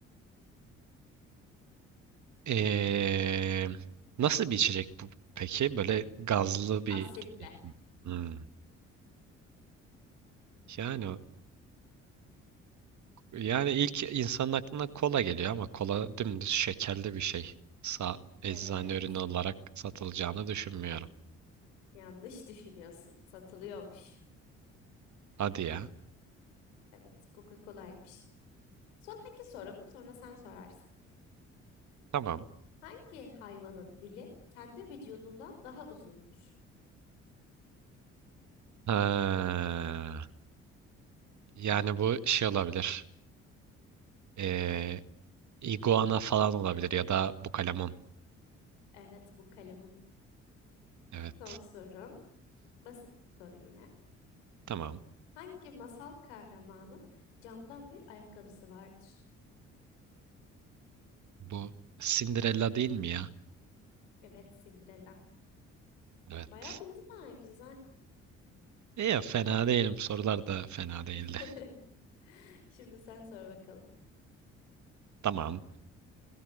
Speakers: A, on the right; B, on the left.
A: Ee, nasıl bir içecek bu peki? Böyle gazlı bir
B: Asitle.
A: içecek mi? Hmm. Yani yani ilk insanın aklına kola geliyor ama kola dümdüz şekerli bir şey. Sa eczane
B: Evet.
A: ürünü olarak satılacağını düşünmüyorum.
B: Yanlış düşünüyorsun. Satılıyormuş.
A: Hadi ya.
B: Evet, Coca-Cola'ymış. Sonraki sorum, sonra sen sorarsın.
A: Tamam.
B: Hangi hayvanın dili kendi vücudundan daha uzundur?
A: Ha, yani bu şey olabilir. Ee, iguana falan olabilir ya da bu kalemon.
B: Evet, bu kalemin
A: Evet.
B: son sorum. Basit soru yine.
A: Tamam.
B: Hangi masal kahramanın camdan bir ayakkabısı vardır?
A: Bu Cinderella değil mi ya?
B: Evet, Cinderella.
A: Evet.
B: Bayağı bildin ha, güzel.
A: İyi, fena değilim. Sorular da fena değildi.
B: <laughs> Şimdi sen sor bakalım.
A: Tamam.